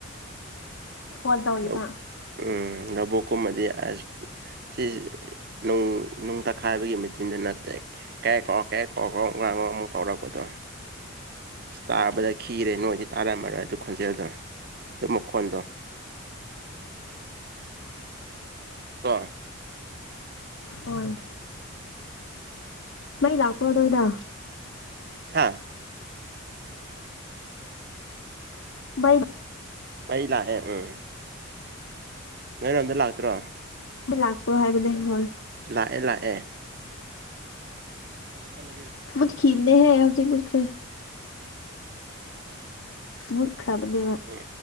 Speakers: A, on the left; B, on the right.
A: ꯐꯣꯟ ꯇꯧꯔꯤꯕ
B: ꯂꯧ ꯎꯝ ꯂꯕꯨꯛꯀꯨꯝꯃꯗꯤ ꯑꯁ ꯁꯤ ꯅꯨꯡ ꯅꯨꯡ ꯇꯛꯈꯥꯏꯕꯒꯤ ꯃꯦꯆꯤꯟꯗꯨꯅ ꯇꯛꯑꯦ ꯀꯦꯛ ꯀꯣꯀ ꯀꯦꯛ ꯀꯣꯛ <unintelligible> ꯑꯃꯨꯛ ꯇꯧꯔꯛꯄꯗꯣ ꯇꯥꯕꯗ ꯈꯤꯔꯦ ꯅꯣꯏꯗꯤ ꯇꯥꯔꯝꯃꯔꯣꯏ ꯑꯗꯨ ꯈꯣꯟꯖꯦꯜꯗꯣ ꯑꯗꯨ ꯃꯈꯣꯟꯗꯣ ꯀꯣ
A: ꯈꯣꯏ ꯃꯩ ꯂꯥꯛꯄꯔꯣ ꯅꯣꯏꯗ
B: ꯍꯥꯥ
A: ꯃꯩ
B: ꯃꯩ ꯂꯥꯛꯑꯦ ꯎꯝ ꯅꯣꯏꯔꯣꯝꯗ ꯂꯥꯛꯇ꯭ꯔꯣ
A: ꯃꯩ ꯂꯥꯛꯄ꯭ꯔꯣ ꯍꯥꯏꯕꯅꯦ ꯍꯣꯏ
B: ꯂꯥꯛꯑꯦ ꯂꯥꯛꯑꯦ ꯆꯠꯂꯒꯦ
A: ꯃꯨꯠꯈꯤꯕꯅꯦꯍꯦ ꯍꯧꯖꯤꯛ ꯃꯨꯠꯈ꯭ꯔꯦ
B: <inaudible>
A: ꯃꯨꯠꯈ꯭ꯔꯕꯅꯦꯕ
B: ꯎꯝ